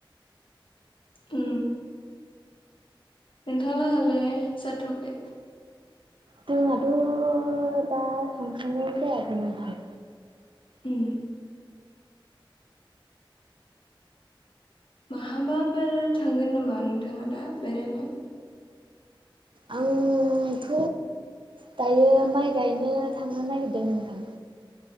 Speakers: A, on the left (about 70°); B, on the right (about 65°).
A: उ नोंथाङलाहालाय जाथ'वाखै
B: जोंहाथ' दा संखनायानो जायाखैमोनथायाय
A: उ महाबाफोर थांगोन नामा नोंथाङा दा बेरायनो
B: आंथ' दायो माइ गायनो थांनो नागिरदों नोंथां